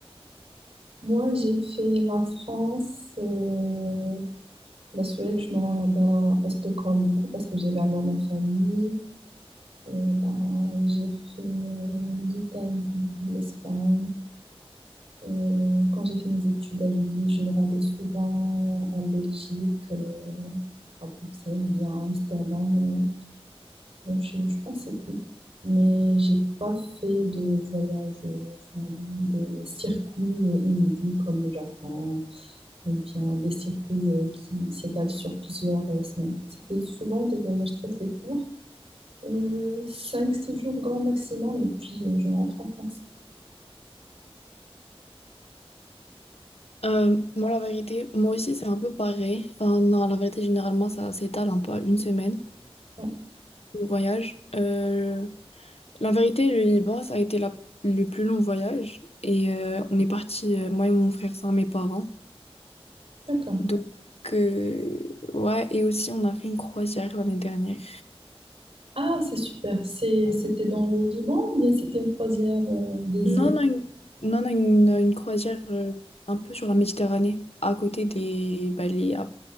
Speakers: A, on the right; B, on the left.
A: Moi, j'ai fait la France, euh, la Suède. Je me rends là-bas à Stockholm beaucoup parce que j'ai également ma famille. Euh, bah, j'ai fait euh, l'Italie, l'Espagne. Euh, quand j'ai fait mes études à l'UI, je me rendais souvent en Belgique, euh, à Bruxelles, ou bien à Amsterdam. euh, bon, je, je pense que c'est tout. Mais j'ai pas fait de voyage, euh, enfin, des circuits inédits comme le Japon, ou bien des circuits euh, qui s'étalent sur plusieurs euh, semaines. C'était souvent des voyages très très courts, euh, cinq six jours grand maximum, et puis euh, je rentre en France.
B: euh, moi la vérité, moi aussi c'est un peu pareil. Enfin non, la vérité généralement ça s'étale un peu à une semaine,
A: Ouais,
B: le voyage. Euh, la vérité, le Liban, ça a été la- le plus long voyage. Et euh, on est parti, euh, moi et mon frère sans mes parents.
A: d'accord.
B: Donc, euh, ouais, et aussi on a fait une croisière l'année dernière.
A: Ah, c'est super. C'est, c'était dans le Liban ou bien c'était une croisière euh, des
B: Non,
A: îles?
B: non, une, non, non, une, une croisière euh, un peu sur la Méditerranée, à côté des, bah, les- à-